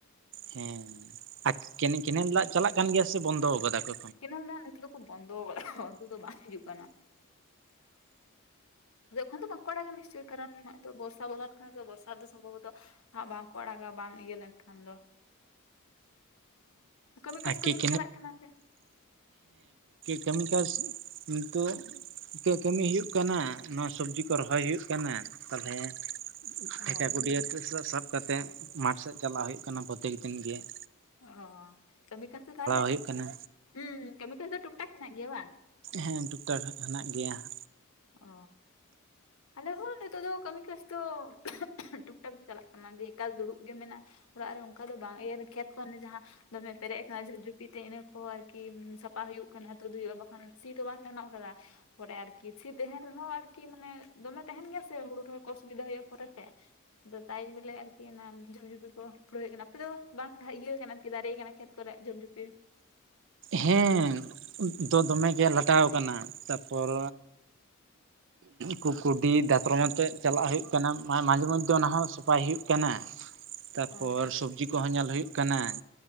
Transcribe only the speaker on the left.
ᱧᱮᱞ ᱫᱟ ᱱᱤᱛᱚᱜ ᱫᱚᱠᱚ ᱵᱚᱱᱫᱚ ᱟᱠᱟᱫᱟ ᱫᱚ ᱵᱟᱝ ᱦᱤᱡᱩᱜ ᱠᱟᱱᱟ᱾ ᱡᱠᱷᱚᱱ ᱫᱚ ᱵᱟᱝᱠᱚ ᱟᱲᱟᱜᱟ ᱱᱤᱥᱪᱚᱭ, ᱠᱟᱨᱚᱱ ᱱᱚᱜ-ᱚᱭ ᱛᱚ ᱵᱚᱨᱥᱟ ᱵᱚᱞᱚᱱ ᱠᱟᱱᱟ ᱥᱮ ᱵᱚᱨᱥᱟ ᱨᱮ ᱫᱚ ᱥᱚᱢᱵᱷᱚᱵᱚᱛᱚ ᱦᱟᱸᱜ ᱵᱟᱝᱠᱚ ᱟᱲᱟᱜᱟ ᱵᱟᱝ ᱤᱭᱟᱹ ᱞᱮᱱᱠᱷᱟᱱ ᱫᱚ ᱾ ᱠᱟᱹᱢᱤ ᱠᱟᱡᱽ
ᱠᱚ ᱡᱟᱹᱱᱤᱡ ᱪᱟᱞᱟᱜ ᱠᱟᱱᱟ ᱥᱮ
ᱚ
ᱟᱫᱚ
ᱚ ᱠᱟᱹᱢᱤ ᱠᱟᱡ ᱫᱚ ᱛᱟᱦᱚᱞᱮ,
ᱦᱩᱸ ᱠᱟᱹᱢᱤ ᱠᱟᱡ ᱫᱚ ᱴᱩᱠ ᱴᱟᱠ ᱦᱮᱱᱟᱜ ᱜᱮᱭᱟ ᱵᱟᱝ?
ᱚ ᱟᱞᱮ ᱦᱚᱸ ᱱᱤᱛᱚᱜ ᱫᱚ ᱠᱟᱹᱢᱤ ᱠᱟᱹᱥ ᱛᱚ <inaudible> ᱴᱩᱠ ᱴᱟᱠ ᱫᱚ ᱪᱟᱞᱟᱜ ᱠᱟᱱᱟ ᱡᱮ ᱮᱠᱟᱞ ᱫᱩᱲᱩᱵ ᱜᱮ ᱢᱮᱱᱟᱜ-ᱟ ᱚᱲᱟᱜ ᱨᱮ ᱚᱱᱠᱟ ᱫᱚ ᱵᱟᱝ <unintelligible> ᱠᱷᱮᱛ ᱠᱚ ᱚᱱᱮ ᱡᱟᱦᱟᱸ ᱫᱚᱢᱮ ᱯᱮᱨᱮᱡ ᱟᱠᱟᱱᱟ ᱡᱷᱤᱯ ᱡᱷᱩᱯᱤ ᱛᱮ ᱤᱱᱟᱹ ᱠᱚ ᱟᱨᱠᱤ ᱥᱟᱯᱷᱟ ᱦᱩᱭᱩᱜ ᱠᱟᱱᱟ ᱛᱩᱫ ᱦᱩᱭᱩᱜᱼᱟ ᱵᱟᱠᱷᱟᱱ ᱥᱤ ᱫᱚ ᱵᱟᱝ ᱜᱟᱱᱚᱜ ᱠᱟᱫᱟ ᱾ ᱯᱚᱨᱮ ᱟᱨ ᱠᱤ ᱾ ᱥᱤ ᱛᱟᱦᱮᱱ ᱨᱮᱦᱚᱸ ᱟᱨᱠᱤ ᱢᱟᱱᱮ ᱫᱚᱢᱮ ᱛᱟᱦᱮᱱ ᱜᱮᱭᱟ ᱥᱮ ᱦᱩᱲᱩ ᱨᱮᱦᱚᱸ ᱚᱥᱩᱵᱤᱫᱟ ᱦᱩᱭᱩᱜᱼᱟ ᱯᱚᱨᱮ ᱛᱮ᱾ ᱟᱫᱚ ᱛᱟᱭ ᱵᱚᱞᱮ ᱟᱨᱠᱤ ᱚᱱᱟ ᱡᱷᱚᱯ ᱡᱷᱩᱯᱤ ᱠᱚ ᱩᱯᱲᱟᱹᱣ ᱮᱫ ᱠᱟᱱᱟ ᱟᱯᱮ ᱫᱚ ᱵᱟᱝ ᱤᱭᱟᱹ ᱠᱟᱱᱟ ᱟᱨᱠᱤ ᱫᱟᱨᱮ ᱠᱟᱱᱟ ᱠᱷᱮᱛ ᱠᱨᱮᱜ ᱡᱷᱚᱯ ᱡᱷᱩᱯᱤ?
ᱚ